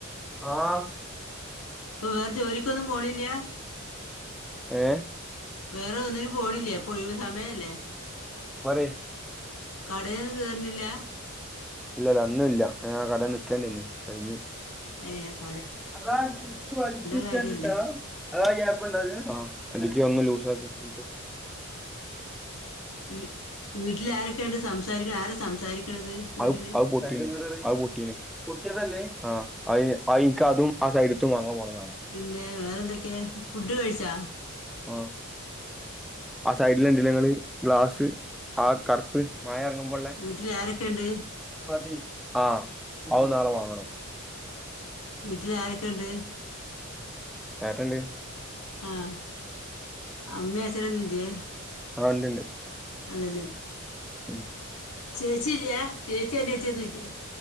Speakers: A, in the centre; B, on the left (about 80°).
A: ആഹ്
B: ഇപ്പ്‌. വേർ. ജോലിക്കൊന്നും. പോണില്ല്യ
A: ഏ
B: വേറെ. ഒന്നിനും പോണില്ലേപ്പൊ. ഒയിവ്. സമയല്ലേ
A: പറയ്യ്
B: കടേന്ന്. കേർണില്ല
A: ല്ല. ഇല്ല. ആ കടേന്ന്. നികെനേര്ന്ന്. കഴിഞ്ഞു
B: ഏ. ത്
A: അതാ ടിക്കി വൽച്ചിട്ടാട.
B: കാര്യല്ലേ
A: അതാ. ഗ്യപ്പ്‌ണ്ടാ. അതിന്. ആ. ടിക്കി ഒന്ന്‌ ലൂസാക <unintelligible>
B: വീ വീട്ടിൽ ആരൊക്കെയുണ്ട് സംസാരിക്കണ ആരാ സംസാരിക്കണത് വീട്ടില്
A: അഹ് അഹ് പൊട്ടീന്. പൊട്ടീന്. പൊട്ടിയെതല്ലേ. അഹ് ആഹ അ അയി ക്ക് അതും ആ സൈഡത്തും വാങ്ങാൻ പോണ്
B: പിന്നെ വേറെന്തൊക്കെ ഫുഡ് കഴിച്ചാ
A: ആ, സൈഡില് എണ്ടിലേങ്ങള്. ഗ്ലാസ് ആ, കർപ്പ്. മയ എറങ്ങുമ്പോള്ളെ..
B: വീട്ടിൽ ആരൊക്കെയുണ്ട്
A: പതി ആഹ, അത് നാളെ വാങ്ങണം
B: വീട്ടിലെ. ആരൊക്കെ. ഇണ്ട്
A: ഏട്ടൻണ്ട്
B: ആഹ, അമ്മ. അച്ചനൊന്ന്. ഇല്ല്യ
A: ആഹ.. ണ്ട്. ണ്ട്
B: അതെല്ലേ
A: <inaudible>
B: ചേച്ചി ഇല്ലി യ. ചേച്ചി അനിയത്തി ഒന്നം ഇല്ല്യേ